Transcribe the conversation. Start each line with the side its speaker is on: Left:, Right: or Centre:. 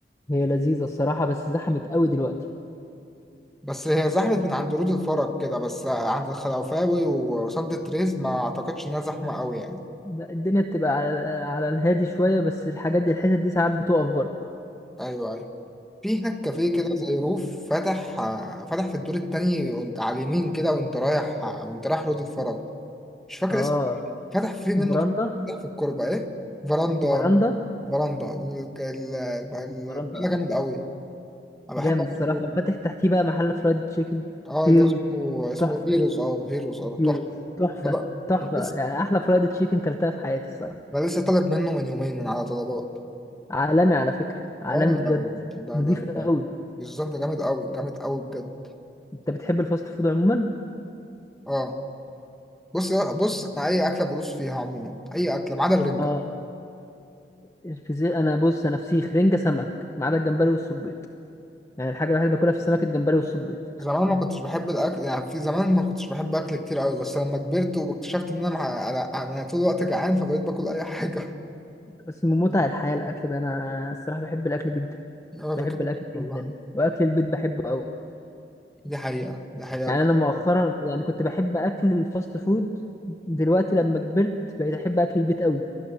Left: هي لذيذة الصراحة بس زحمت قوي دلوقتي
Centre: بس هي زحمة من عند رود الفرج كده بس عند الخلوفاوي وسانت تريز ما أعتقدش إنها زحمة أوي يعني
Left: لا، الدنيا بتبقى على, على الهادي شوية بس الحاجات دي الحتت دي ساعات بتقف برضه
Centre: أيوه أيوه في هناك كافيه كده زي روف فتح آه، فتح في الدور التاني وأنت على اليمين كده وأنت رايح آه، وأنت رايح رود الفرج مش فاكر
Left: اه
Centre: اسمه إيه. فتح فيه منه
Left: فراندا
Centre: فتح في الكوربة إيه فراندا
Left: فراندا
Centre: فراندا ال- ال- ال-
Left: مقارنة
Centre: البتاع جامد أوي أنا بحب
Left: جامد
Centre: أقصده.
Left: الصراحة فاتح تحتيه بقى محل فرايد تشيكن
Centre: أه
Left: هيروز
Centre: اللي اسمه اسمه
Left: تحفة
Centre: هيروز أه هيروز أه
Left: هيروز
Centre: تحفة
Left: تحفة
Centre: أنا بقى-
Left: تحفة
Centre: أنا لسه
Left: يعني أحلى فرايد تشيكن كلتها في حياتي الصراحة
Centre: أنا لسه طالب منه من يومين من على طلبات
Left: عالمي على فكرة عالمي
Centre: اه
Left: بجد
Centre: ده ده
Left: نضيف
Centre: ده
Left: قوي
Centre: ده- بالظبط ده جامد قوي جامد قوي بجد
Left: أنت بتحب الفاست فود عموما؟
Centre: اه بص بص انا اي اكله بدوس فيها عموما اي اكله ما عدا الرنجه
Left: اه الفسيخ أنا بص أنا فسيخ رنجة سمك ما عدا الجمبري والصبيط يعني الحاجة الوحيدة اللي باكلها في السمك الجمبري والصبيط
Centre: زمان ما كنتش بحب الاكل يعني في زمان ما كنتش بحب اكل كتير قوي بس لما كبرت واكتشفت ان انا مع- انا أنا طول الوقت جعان فبقيت باكل اي حاجه
Left: بس من متع الحياة الأكل ده أنا الصراحة بحب الأكل جدا
Centre: <laughs> اه
Left: بحب
Centre: ده كده
Left: الأكل
Centre: كده والله
Left: جدا وأكل البيت بحبه قوي
Centre: دي حقيقه دي حقيقه
Left: يعني انا مؤخرا يعني كنت بحب اكل الفاست فود دلوقتي لما كبرت بقيت احب اكل البيت قوي